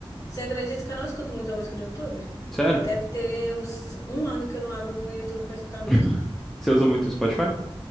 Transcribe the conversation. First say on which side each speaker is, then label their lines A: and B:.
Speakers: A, on the left; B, in the centre.
A: Você acredita que eu não escuto muita música no YouTube?
B: Sério?
A: Deve ter uns um ano que eu não abro o YouTube pra escutar música.
B: <laughs> Você usa muito o Spotify?